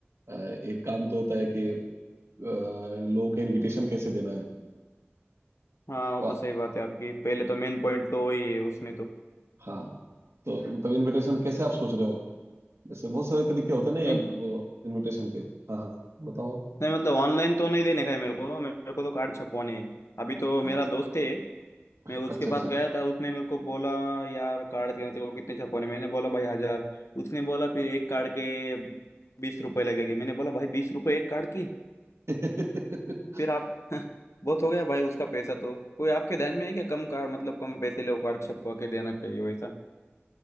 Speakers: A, on the right; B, on the left.
A: अ, एक काम तो होता है कि लोगों का इनविटेशन कैसे देना है
B: हाँ वो
A: तो,
B: तो सही बात है आपकी पहले तो मेन पॉइंट तो वही है उसमें तो
A: हाँ तो मतलब इनविटेशन कैसे आप सोच रहे हो जैसे बहुत सारे तरीके होते हैं
B: मेन
A: ना इनविटेशन के हाँ हाँ बताओ
B: नहीं मतलब ऑनलाइन तो नहीं देने का है मेरे को मेरे को तो कार्ड छपवाने हैं अभी तो
A: हाँ
B: मेरा दोस्त है
A: अच्छा
B: मैं उसके पास
A: अच्छा
B: गया था उसने मेरे को बोला यार कार्ड के तेरे को कितने छपवाने मैंने बोला भाई हजार उसने बोला फिर एक कार्ड के बीस रुपए लगेंगे मैंने बोला भाई बीस रुपए एक कार्ड की
A: <laughs>
B: फिर आप <laughs> बहुत हो गया भाई उसका पैसा तो कोई आपके ध्यान में है क्या कम कार्ड मतलब कम पैसे ले वो कार्ड छपवा के देना चाहिए वैसा